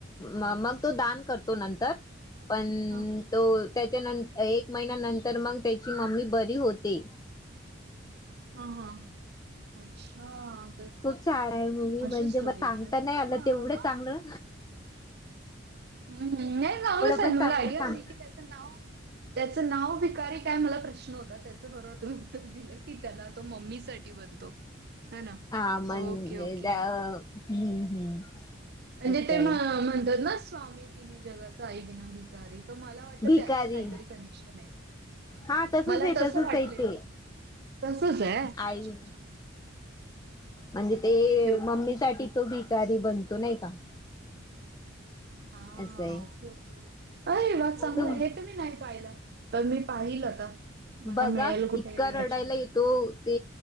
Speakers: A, on the left; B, on the right.
A: मग तो दान करतो नंतर पण
B: हा
A: तो त्याच्यानं एक महिन्या नंतर मंग त्याची मम्मी बरी होते.
B: ह हा अच्छा! तस
A: खूप छान आहे मुवी
B: अशी
A: म्हणजे
B: स्टोरी
A: मला सांगता
B: आहे अरे
A: नाही
B: वा
A: आलं
B: हा
A: तेवढं चांगल.
B: <unintelligible>
A: पण चांगलं सांग
B: त्याच नाव भिकारी काय मला प्रश्न होता त्याच बरोबर तुम्ही उत्तर दिलं. कि त्याला तो मम्मी साठी बनतो. है ना
A: आ म्हणजे
B: ओके ओके
A: द हम्म हम्म
B: म्हणजे
A: असं
B: ते
A: आहे
B: म्हणतात ना स्वामी तिन्ही जगाचा आई विना भिक कारी तर मला वाटलं
A: भिकारी
B: त्याचं काहीतरी कनेक्शन आहे
A: हा तसच
B: मला
A: आहे
B: तसं
A: तसच
B: वाटलेलं
A: आहे ते
B: तसंच आहे
A: आई
B: अच्छा
A: वि
B: अच्छा
A: म्हणजे ते
B: ओके ओके.
A: मम्मी साठी तो भिकारी बनतो नाही का
B: हा
A: असं आहे
B: ओके ओके अरे वाघ चांगलं
A: तुम
B: आहे हे तर मी नाही पाहिलं. तर मी पाहिल आता मला
A: बघा
B: मिळेल कुठे
A: इतका रडायला
B: ह्याच्यावर
A: येतो ते